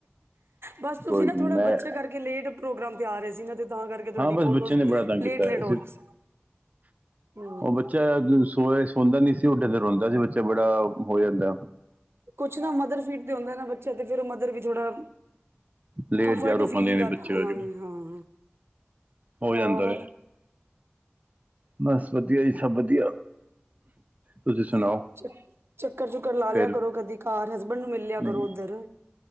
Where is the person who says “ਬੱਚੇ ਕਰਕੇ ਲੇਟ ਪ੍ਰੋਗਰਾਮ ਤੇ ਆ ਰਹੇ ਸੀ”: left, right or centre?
Right